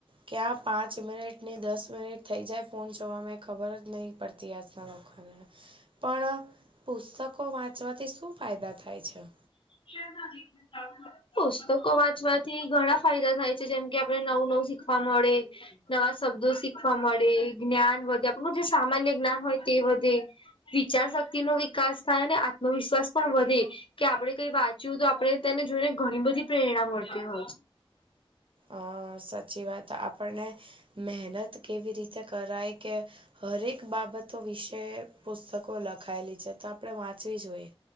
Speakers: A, on the right; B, on the left.
A: ક્યાં પાંચ મિનિટની દસ મિનિટ થઈ જાય, ફોન જોવામાં ખબર જ નહીં પડ તી આતના લોકોને પણ પુસ્તકો વાંચવાથી શું ફાયદા થાય છે?
B: શેનાથી <unintelligible> પુસ્તકો વાંચવાથી ઘણા ફાયદા થાય છે, જેમ કે આપણે નવું નવું શીખવા મળે. નવા શબ્દો શીખવા મળે, જ્ઞાન વધે, આપણું જે સામાન્ય જ્ઞાન હોય તે વધે. વિચાર શક્તિનો વિકાસ થાય અને આત્મવિશ્વાસ પણ વધે. કે આપણે કઈ વાંચ્યું તો આપણે તેને જોઈને ઘણી બધી પ્રેરણા મળતી હોય.
A: અ સાચી વાત. આપણને મહેનત કેવી રીતે કરાય કે હરેક બાબતો વિશે પુસ્તકો લખાયેલી છે. તો આપણે વાંચવી જોઈએ.